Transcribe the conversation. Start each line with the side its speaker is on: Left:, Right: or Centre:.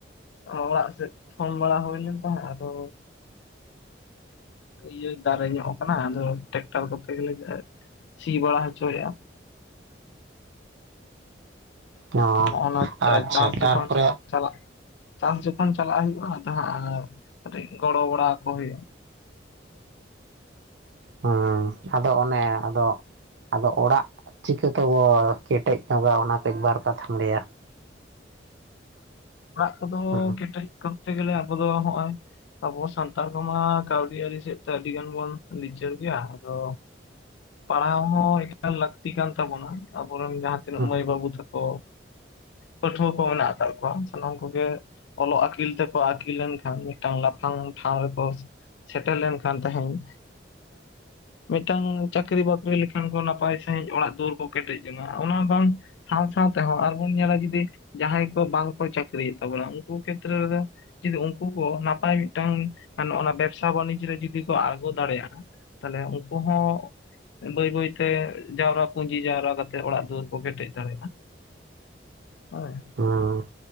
Left: ᱚᱲᱟᱜ ᱥᱮᱫ ᱯᱷᱳᱱ ᱵᱟᱲᱟ ᱦᱩᱭ ᱞᱮᱱ ᱛᱟᱦᱮᱸᱫ ᱟᱫᱚ ᱤᱭᱟᱹ ᱫᱟᱨᱮ ᱧᱚᱜ ᱟᱠᱟᱱᱟ ᱟᱫᱚ ᱴᱮᱠᱴᱟᱨ ᱠᱚᱛᱮ ᱜᱮᱞᱮ ᱥᱤ ᱵᱟᱲᱟ ᱦᱚᱪᱚᱭᱮᱫ-ᱟ
Right: ᱚ
Left: ᱱᱚᱸᱜ ᱱᱟ
Right: ᱟᱪᱪᱷᱟ
Left: ᱪᱟᱥ
Right: ᱛᱟᱨᱯᱚᱨᱮ
Left: ᱡᱚᱠᱷᱚᱱ ᱪᱟᱞᱟᱜ ᱪᱟᱥ ᱡᱚᱠᱷᱚᱱ ᱪᱟᱞᱟᱜ ᱦᱩᱭᱩᱜ-ᱟ ᱟᱫᱚ ᱦᱟᱸᱜ ᱠᱟᱴᱤᱡ ᱜᱚᱲᱚ ᱵᱟᱲᱟ ᱠᱚ ᱦᱩᱭᱩᱜ-ᱟ
Right: ᱦᱮᱸ ᱟᱫᱚ ᱚᱱᱮ ᱟᱫᱚ ᱟᱫᱚ ᱚᱲᱟᱜ ᱪᱤᱠᱟᱹ ᱛᱮᱵᱚ ᱠᱮᱴᱮᱡ ᱧᱚᱜᱟ ᱚᱱᱟ ᱛᱮᱜᱮ ᱵᱟᱨ ᱠᱟᱛᱷᱟᱢ ᱞᱟᱹᱭᱟ ᱾
Left: ᱚᱲᱟᱜ ᱠᱚᱫᱚ
Right: ᱦᱮᱸ
Left: ᱠᱮᱴᱮᱡ ᱠᱚᱨᱛᱮ ᱜᱮᱞᱮ ᱟᱵᱚ ᱫᱚ ᱱᱚᱜ-ᱚᱭ ᱟᱵᱚ ᱥᱟᱱ ᱥᱟᱱᱛᱟᱲ ᱠᱚᱢᱟ ᱠᱟᱹᱣᱰᱤ ᱟᱹᱨᱤ ᱥᱮᱫ ᱛᱮ ᱟᱹᱰᱤ ᱜᱟᱱ ᱵᱚᱱ ᱞᱤᱪᱟᱹᱲ ᱜᱮᱭᱟ ᱟᱫᱚ ᱯᱟᱲᱦᱟᱣ ᱦᱚᱸ ᱮᱠᱟᱞ ᱞᱟᱹᱠᱛᱤ ᱠᱟᱱ ᱛᱟᱵᱚᱱᱟ ᱟᱵᱚᱨᱮᱱ ᱡᱟᱦᱟᱸ ᱛᱤᱱᱟᱹᱜ
Right: ᱦᱮᱸ
Left: ᱢᱟᱹᱭ ᱵᱟᱹᱵᱩ ᱛᱟᱠᱚ ᱯᱟᱹᱴᱷᱩᱣᱟᱹ ᱠᱚ ᱢᱮᱱᱟᱜ ᱟᱠᱟᱫ ᱠᱚᱣᱟ ᱥᱟᱱᱟᱢ ᱠᱚᱜᱮ ᱚᱞᱚᱜ ᱟᱹᱠᱤᱞ ᱛᱮᱠᱚ ᱟᱹᱠᱤᱞ ᱞᱮᱱᱠᱷᱟᱱ ᱢᱤᱫᱴᱟᱝ ᱞᱟᱯᱷᱟᱝ ᱴᱷᱟᱶ ᱨᱮᱠᱚ ᱥᱮᱴᱮᱨ ᱞᱮᱱᱠᱷᱟᱱ ᱛᱟᱦᱮᱧ ᱢᱤᱫᱴᱟᱝ ᱪᱟᱹᱠᱨᱤ ᱵᱟᱹᱠᱨᱤ ᱞᱮᱠᱷᱟᱱ ᱠᱚ ᱱᱟᱯᱟᱭ ᱥᱟᱺᱦᱤᱡ ᱚᱲᱟᱜ ᱫᱩᱣᱟᱹᱨ ᱠᱚ ᱠᱮᱴᱮᱡ ᱡᱚᱝ-ᱟ ᱚᱱᱟ ᱵᱟᱝ ᱥᱟᱶ ᱥᱟᱶ ᱛᱮᱦᱚ ᱟᱨᱵᱚᱱ ᱧᱮᱞᱟ ᱡᱩᱫᱤ ᱡᱟᱦᱟᱸᱭ ᱠᱚ ᱵᱟᱝ ᱠᱚ ᱪᱟᱹᱠᱨᱤᱭᱮᱫ ᱛᱟᱵᱚᱱᱟ ᱩᱱᱠᱩ ᱠᱷᱮᱛᱨᱮ ᱨᱮᱫᱚ ᱡᱩᱫᱤ ᱩᱱᱠᱩ ᱠᱚ ᱱᱟᱯᱟᱭ ᱢᱤᱫᱴᱟᱝ ᱱᱚᱱᱟᱜ ᱵᱮᱵᱽᱥᱟ ᱵᱟᱱᱤᱡᱽ ᱨᱮ ᱡᱩᱫᱤ ᱠᱚ ᱟᱬᱜᱚ ᱫᱟᱲᱮᱭᱟᱜ-ᱟ ᱛᱟᱦᱞᱮ ᱩᱱᱠᱩ ᱦᱚᱸ ᱵᱟᱹᱭ ᱵᱟᱹᱭᱛᱮ ᱡᱟᱣᱨᱟ ᱯᱩᱸᱡᱤ ᱡᱟᱣᱨᱟ ᱠᱟᱛᱮ ᱚᱲᱟᱜ ᱫᱩᱣᱟᱹᱨ ᱠᱚ ᱠᱮᱴᱮᱡ ᱫᱟᱲᱮᱭᱟᱜ-ᱟ ᱾ ᱦᱳᱭ
Right: ᱦᱩᱸ